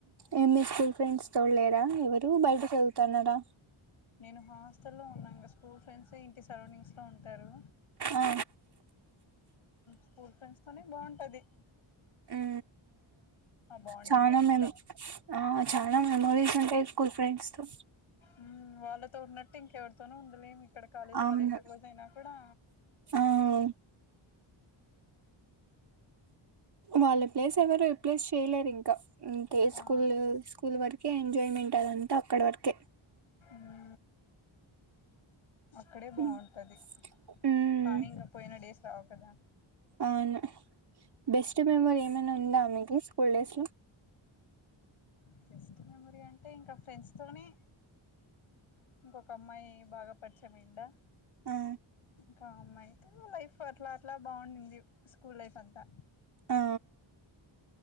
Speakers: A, on the right; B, on the left.
A: ఏమి మీ స్కూల్ ఫ్రెండ్స్ తోడు లేరా ఎవరు బయట పోతన్నారా
B: నేను హాస్ట లో ఉన్నాగా స్కూల్ ఫ్రెండ్స్ ఇంటి సరౌండింగ్స్ లో ఉన్ టరు
A: ఆ
B: స్కూల్ ఫ్రెండ్స్ తోనే బాఉంటది
A: అ
B: బాండింగ్
A: చానా
B: అంతా
A: మేము ఆ చాలా మెమరీస్ ఉంటాయి స్కూల్ ఫ్రెండ్స్తో
B: మ్మ్ వాళ్ళతో ఉన్నట్టు ఇంకెవరితోన ఉండలేమి ఇక్కడ కాలేజీ
A: అవును
B: వాళ్ళు ఎంత క్లోజ్ అయినా కూడా
A: ఆ వాళ్ళ ప్లేస్ ఎవరు రిప్లేస్ చేయలేరు ఇంకా అంటే స్కూల్
B: ఆ
A: స్కూల్ వరకే ఎంజాయ్మెంట్ అదంతా అక్కడ వరకే
B: హు అక్కడే బాగుంటది
A: ఉమ్ ఉమ్,
B: కానీ ఇంక పోయిన డేస్ రావు కదా
A: అవును బెస్ట్ మెమోరి ఏదైనా ఉందా మికి స్కూల్ డేస్ లో
B: బెస్ట్ మెమరీ అంటే ఇంకా ఫ్రెండ్స్ తోనే ఇంకొక అమ్మాయి బాగా పరిచయమైందా
A: ఆ
B: బ అమ్మ అయితే లైఫ్ అట్లా అట్లా బాగుంంది స్కూల్ లైఫ్ అంతా
A: ఆ